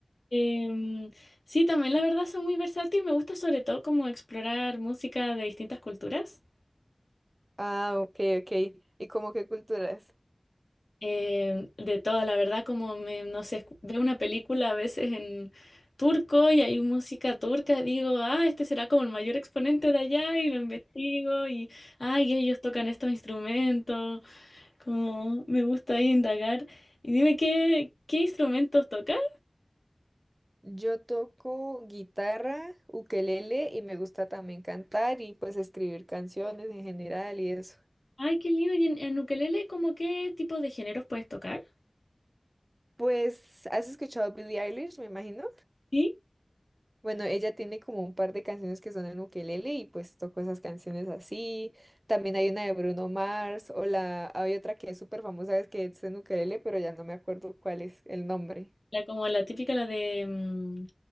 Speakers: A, on the left (about 70°); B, on the right (about 35°).
A: Em, sí, también la verdad son muy versátil. Me gusta sobre todo como explorar música de distintas culturas.
B: Ah, ok, ok. ¿Y como qué culturas?
A: Eh, de todas, la verdad, como me, no sé, escu- veo una película a veces en turco y hay música turca, digo, ah, este será como el mayor exponente de allá y lo investigo y, ay, ellos tocan estos instrumentos, como me gusta ahí indagar. Y dime, ¿qué, qué instrumentos tocas?
B: Yo toco guitarra, ukelele y me gusta también cantar y pues escribir canciones en general y eso.
A: Ay, qué lindo, y en, en ukelele, ¿cómo qué tipo de géneros puedes tocar?
B: Pues, ¿has escuchado a Billie Eilish, me imagino?
A: ¿Sí?
B: Bueno, ella tiene como un par de canciones que son en ukelele y pues toco esas canciones así. También hay una de Bruno Mars o la hay otra que es súper famosa es que es en ukelele, pero ya no me acuerdo cuál es el nombre.
A: La como la típica, la de... mm,